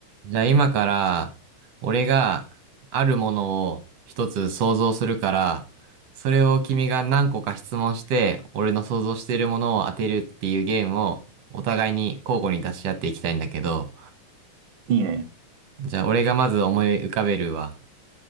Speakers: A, on the right (about 55°); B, on the right (about 90°).
A: じゃあ今から、俺があるものを一つ想像するから、それを君が何個か質問して、俺の想像しているものを当てるっていうゲームをお互いに交互に出し合っていきたいんだけど、
B: いいね。
A: じゃあ俺がまず思い浮かべるわ。